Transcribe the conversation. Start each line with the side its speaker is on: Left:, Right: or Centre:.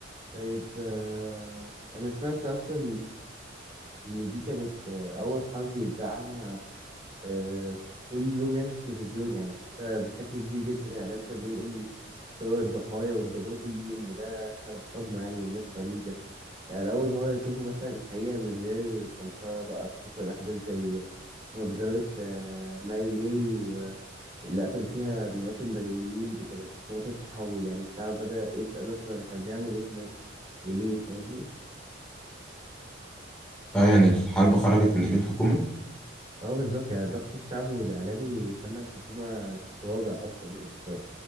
Right: طيب أه أنا سمعت أصلا إن دي كانت آه، أول حرب يتذاع عنها أه كل يوم يعني في التلفزيون يعني حتى بشكل كبير جدا الإعلام كان بينقل صور الضحايا والدمار كل يوم وده خلق صدمة يعني للناس في أمريكا. يعني لأول مرة يشوفوا مثلا الحقيقة من غير فلترة بقى خصوصا أحداث زي مجزرة آه، ماري لاي واللي قتلوا فيها مئات المدنيين دي كانت نقطة تحول يعني الشعب بدأ يسأل أصلا إحنا بنعمل إيه هناك وليه فاهمني؟
Centre: اه يعني الحرب خرجت من ايد الحكومة
Right: اه بالظبط يعني الضغط الشعبي والإعلامي خلى الحكومة تتراجع أصلا وفي سنة